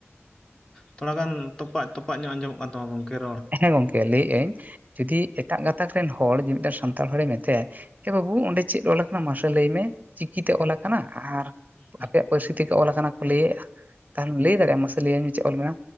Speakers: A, on the left; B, on the right.
A: ᱛᱷᱚᱲᱟ ᱜᱟᱱ ᱛᱚᱯᱟᱜ ᱛᱚᱯᱟᱜ ᱧᱚᱜ ᱟᱸᱡᱚᱢᱚᱜ ᱠᱟᱱ ᱛᱟᱢᱟ ᱜᱚᱢᱠᱮ ᱨᱚᱲ᱾
B: ᱦᱮᱸ ᱜᱚᱝᱠᱮ ᱞᱟᱹᱭᱮᱫ ᱟᱹᱧ ᱡᱩᱫᱤ ᱮᱴᱟᱜ ᱜᱟᱛᱟᱠ ᱨᱮᱱ ᱦᱚᱲ ᱡᱮ ᱢᱤᱫᱴᱮᱱ ᱥᱟᱱᱛᱟᱲ ᱦᱚᱲᱮ ᱢᱮᱛᱟᱭᱟ ᱮ ᱵᱟᱹᱵᱩ ᱚᱸᱰᱮ ᱪᱮᱫ ᱚᱞ ᱟᱠᱟᱱᱟ, ᱢᱟᱥᱮ ᱞᱟᱹᱭ ᱢᱮ ᱪᱤᱠᱤ ᱛᱮ ᱚᱞ ᱟᱠᱟᱱᱟ ᱟᱨ
A: ᱦᱩᱸ
B: ᱟᱯᱮᱭᱟᱜ ᱯᱟᱹᱨᱥᱤ ᱛᱮᱜᱮ ᱚᱞ ᱟᱠᱟᱱᱟ ᱠᱚ ᱞᱟᱹᱭᱮᱜᱼᱟ, ᱛᱟᱦᱚᱞᱮ ᱞᱟᱹᱭ ᱫᱟᱲᱮᱭᱟᱜᱼᱟ ᱢᱟᱥᱮ ᱞᱟᱹᱭᱟᱹᱧ ᱢᱮ ᱪᱮᱫ ᱚᱞ ᱢᱮᱱᱟ